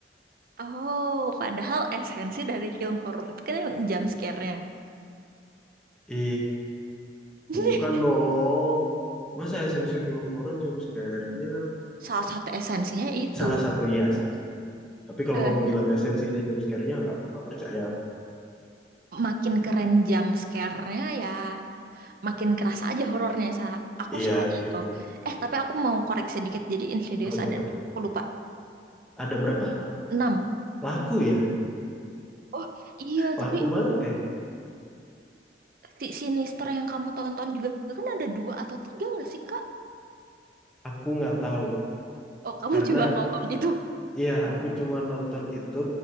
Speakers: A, on the right (about 55°); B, in the centre.
A: Oh, padahal esensi dari film horor itu kan emang jump scare-nya.
B: i.
A: <laughs>
B: Bukan dong. Masa esensi film horor jumpscare-nya?
A: Salah satu esensinya itu.
B: Salah satu, iya salah satu. Oke. Tapi kalau
A: Eh,
B: kamu bilang esensinya jumpscare-nya nggak nggak percaya aku.
A: makin keren jump scare-nya ya, makin kerasa aja horornya. Sa- Aku
B: Iya
A: suka
B: gitu.
A: itu. Eh, tapi aku mau koreksi dikit. Jadi Insidious
B: Apa tuh,
A: ada,
B: apa
A: enam.
B: tuh?
A: aku lupa,
B: Ada berapa?
A: 6.
B: Laku ya?
A: Oh, iya,
B: Laku
A: tapi
B: banget ya?
A: si Sinister yang kamu tonton juga kan ada dua atau tiga nggak sih, Kak?
B: Aku nggak tahu.
A: Oh, kamu
B: Karena
A: cuma nonton itu.
B: iya aku cuma nonton itu.